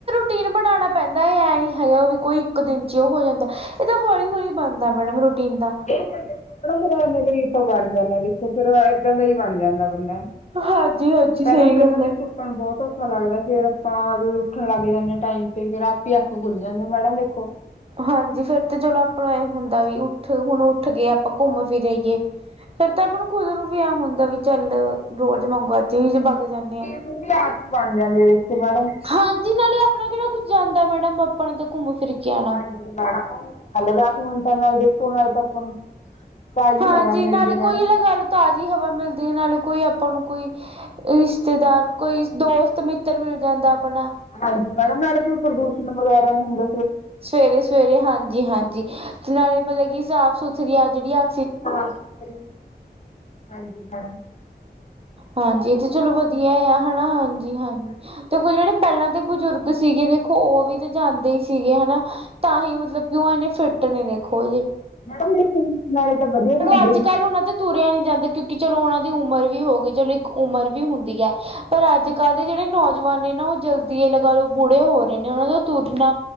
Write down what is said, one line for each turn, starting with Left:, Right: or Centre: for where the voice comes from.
Right: ਰੁਟੀਨ ਬਨਾਣਾ ਪੈਂਦਾ ਐਂ ਨੀ ਹੈਗਾ ਉਹ ਵੀ ਕੋਈ ਇੱਕ ਦਿਨ ਚ ਹੀ ਉਹ ਹੋ ਜਾਂਦਾ ਇਹ ਤਾਂ ਹੌਲੀ ਹੌਲੀ ਬਨਦਾ ਮੈਡਮ ਰੁਟੀਨ ਦਾ
Left: ਦੇ ਫ਼ਿਰ ਇਨੇ ਦਾ ਹੀ ਆਪਾਂ ਬਣ ਜਾਂਦੇ ਹਾਂ ਦੇਖੋਂ ਫ਼ੇਰ ਏਦਾਂ ਦਾ ਈ ਬਣ ਜਾਂਦਾ ਬੰਦਾ ਹਨਾ <unintelligible>
Right: ਹਾਂਜੀ ਹਾਂਜੀ
Left: ਪਹਿਲਾਂ
Right: ਸਹੀ
Left: ਪਹਿਲਾਂ
Right: ਗੱਲ
Left: ਦੇਖੋਂ
Right: ਹੈ
Left: ਆਪਾਂ ਨੂੰ ਬੋਤ ਔਖਾ ਲੱਗਦਾ ਫ਼ੇਰ ਅਪਾਂ ਜਦੋਂ ਉੱਠਣ ਲੱਗ ਜਾਂਨੇ ਆ ਟਾਈਮ ਤੇ ਫ਼ੇਰ ਆਪ ਈ ਅੱਖ ਖੁੱਲ ਜਾਂਦੀ ਮੈਡਮ ਦੇਖੋਂ
Right: ਹਾਂਜੀ ਫ਼ੇਰ ਤੇ ਚਲੋ ਆਪਣਾ ਇਹ ਹੁੰਦਾ ਵੀ ੳ ਉੱਠ ਹੁਣ ਉੱਠਗੇ ਅਪਾਂ ਘੁੰਮ ਫ਼ਿਰ ਆਈਏ ਫ਼ੇਰ ਤਾਂ ਆਪਾਂ ਨੂੰ ਖੁਦ ਨੂੰ ਵੀ ਐ ਹੁੰਦਾ ਵੀ ਚੱਲ ਰੋਜ਼ ਵਾਂਗੂ ਅੱਜ ਵੀ ਜੇ ਬਗ ਜਾਂਨੇ ਆ‌।
Left: ਫ਼ੇਰ ਉਹਦੀ ਆਦਤ ਬਨ ਜਾਂਦੀ ਐ ਦੇਖੋਂ ਮੈਡਮ
Right: ਹਾਂਜੀ ਨਾਲ਼ੇ ਆਪਣਾ ਕੇਹੜਾ ਕੁੱਝ ਜਾਂਦਾ ਮੈਡਮ ਤਾਂਈ ਤਾਂ ਘੁੰਮ ਫ਼ਿਰ ਕੇ ਆ
Left: ਹਾਂਜੀ ਮੈਡਮ ਪੰਜ ਦਸ ਮਿੰਟਾਂ ਨਾਲ਼ ਜੇ <unintelligible> ਤੇ ਨਾਲ਼ੇ ਤਾਂ ਆਪਾਂ ਨੂੰ ਤਾਜ਼ੀ
Right: ਹਾਂਜੀ
Left: ਹਵਾ ਮਿਲ਼ਦੀ
Right: ਨਾਲੇ
Left: ਮੈਡਮ
Right: ਕੋਈ ਲਗਾ ਲੋ ਤਾਜ਼ੀ ਹਵਾ ਮਿਲਦੀ ਨਾਲੇ ਕੋਈ ਆਪਾਂ ਨੂੰ ਕੋਈ ਰਿਸ਼ਤੇਦਾਰ ਕੋਈ, ਦੋਸਤ ਮਿੱਤਰ ਮਿਲ ਜਾਂਦਾ ਆਪਣਾ
Left: ਹਾਂਜੀ ਮੈਡਮ, ਨਾਲੇ ਕੋਈ ਪ੍ਰਦੂਸ਼ਣ ਵਗੈਰਾ ਨੀ ਹੁੰਦੇ
Right: ਸਵੇਰੇ- ਸਵੇਰੇ ਹਾਂਜੀ -ਹਾਂਜੀ, ਤੇ ਨਾਲੇ ਮਤਲਬ ਕਿ ਸਾਫ ਸੁਥਰੀਆਂ ਆ ਜੇੜੀਆਂ
Left: ਸਾਫ- ਸੁਥਰੀ, ਹਾਂਜੀ -ਮੈਡਮ
Right: ਹਾਂਜੀ ਤੇ ਚਲੋ ਵਧੀਆ ਐ ਹਨਾ ਹਾਂਜੀ- ਹਾਂਜੀ ਦੇਖੋ ਜੇੜੇ ਪਹਿਲਾਂ ਦੇ ਬਜ਼ੁਰਗ ਸੀਗੇ ਦੇਖੋ ਉਹ ਵੀ ਤਾਂ ਜਾਂਦੇ ਸੀਗੇ ਹਨਾ, ਤਾਂ ਹੀ ਮਤਲਬ ਕਿ ਉਹ ਇੰਨੇ ਫਿੱਟ ਨੇ ਦੇਖੋ ਹਜੇ
Left: ਮੈਡਮ ਯੇ ਖੂਨ, ਨਾਲੇ ਤਾਂ ਵਧੀਆ ਖਾਂਦੇ
Right: ਅੱਜ ਕੱਲ੍ਹ ਉਹਨਾਂ ਤੇ ਤੁਰਿਆ ਨੀ ਜਾਂਦਾ, ਕਿਉਂਕਿ ਚਲੋ ਉਹਨਾਂ ਦੀ ਉਮਰ ਵੀ ਹੋ ਗਈ ਚਲੋ ਇੱਕ ਉਮਰ ਵੀ ਹੁੰਦੀ ਐ, ਪਰ ਅੱਜ-ਕੱਲ ਦੇ ਜਿਹੜੇ ਨੌਜਵਾਨ ਨੇ ਨਾ ਉਹ ਜਲਦੀ ਇਹ ਲਗਾ ਲਓ ਬੂੜੇ ਹੋ ਰਹੇ ਨੇ ਉਹਨਾਂ ਦਾ ਤੁਰਨਾ